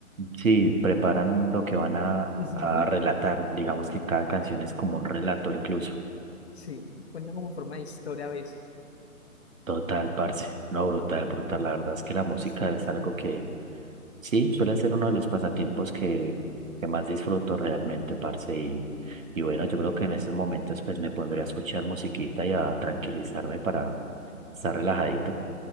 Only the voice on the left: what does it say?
Ujú.
Sí, cuentan como en forma de historia a veces,
bastante.